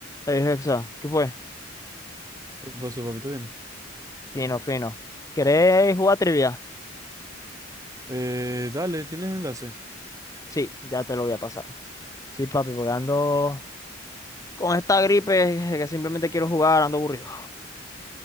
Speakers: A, on the left; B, on the right.
A: Es exacto. ¿Qué fue?
B: ¿Qué pasó, papito? Bien.
A: Fino, fino. ¿Querés jugar trivia?
B: Eh, dale, ¿tienes enlace?
A: Sí, ya te lo voy a pasar. Sí, papi, porque ando con esta gripe que simplemente quiero jugar, ando aburrido.